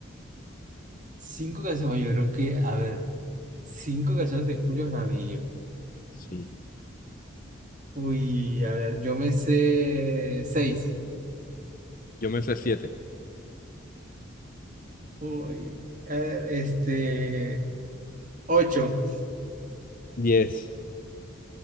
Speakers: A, on the right; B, on the left.
A: cinco canciones. Oye, yo creo que, a ver, cinco canciones de Julio Jaramillo.
B: Sí.
A: Uy, a ver, yo me sé seis.
B: Yo me sé siete.
A: Uy, a ver, este... Ocho. <laughs>
B: Diez.